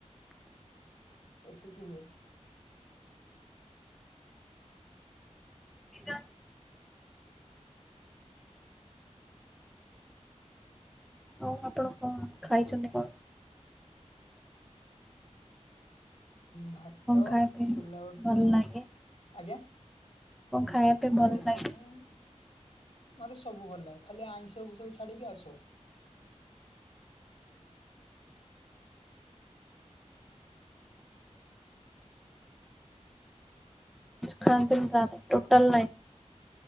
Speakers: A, on the left; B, in the centre.
A: ଏତିକି ହୁଏ।
B: <unintelligible> ହଉ ଆପଣ କଣ ଖାଇଛନ୍ତି କଣ?
A: ଭାତ
B: କଣ ଖାଇବା ପାଇଁ
A: ସୋଲାଟ
B: ଭଲ ଲାଗେ?
A: ଆଜ୍ଞା।
B: କଣ ପାଇଁ
A: ଖାଇବା
B: ଭଲ ଲାଗେ?
A: ପାଇଁ ମତେ ସବୁ ଭଲ ଲାଗେ ଖାଲି ଆଇଁଷକୁ ସବୁ ଛାଡିକି ଆଉ ସବୁ।
B: ଖାନ୍ତିନ କାଇ ଟୋଟଲ ନାଇଁ।